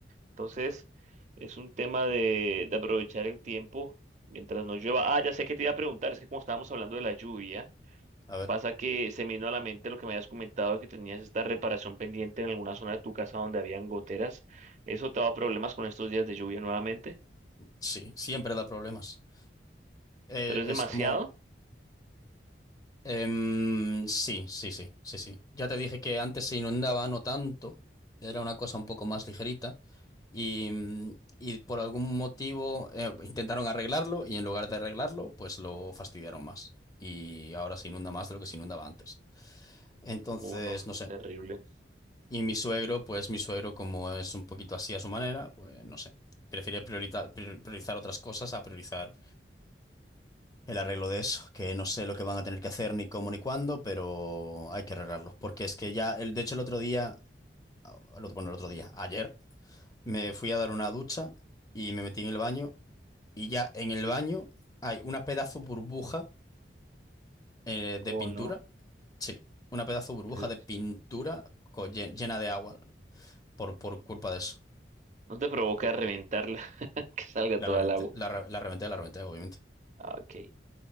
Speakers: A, on the right; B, on the left.
A: Entonces, es un tema de, de aprovechar el tiempo mientras no llueva. Ah, ya sé que te iba a preguntar, es que como estábamos hablando de la lluvia,
B: A ver,
A: pasa que se me vino a la mente lo que me habías comentado de que tenías esta reparación pendiente en alguna zona de tu casa donde habían goteras. ¿Eso te ha dado problemas con estos días de lluvia nuevamente?
B: sí, siempre da problemas. Eh,
A: ¿Pero es
B: es
A: demasiado?
B: como, Em, sí, sí, sí, sí, sí. Ya te dije que antes se inundaba, no tanto. Era una cosa un poco más ligerita. Y, mm, y por algún motivo eh, intentaron arreglarlo y en lugar de arreglarlo, pues lo fastidiaron más. Y ahora se inunda más de lo que se inundaba antes. Entonces,
A: Uno,
B: no sé.
A: terrible.
B: Y mi suegro, pues mi suegro, como es un poquito así a su manera, pues no sé. Prefiere priorita- prior- priorizar otras cosas a priorizar el arreglo de eso, que no sé lo que van a tener que hacer ni cómo ni cuándo, pero hay que arreglarlo, porque es que ya, el, de hecho el otro día, el otro- bueno, el otro día, ayer, me fui a dar una ducha y me metí en el baño y ya en el baño hay una pedazo burbuja eh, de
A: Oh,
B: pintura,
A: no.
B: sí, una pedazo burbuja
A: El-
B: de pintura co- lle- llena de agua por, por culpa de eso.
A: No te provoca reventarla, <laughs> que salga toda
B: La reventé,
A: el agua.
B: la, re- la reventé, la reventé, obviamente.
A: Ah, ok.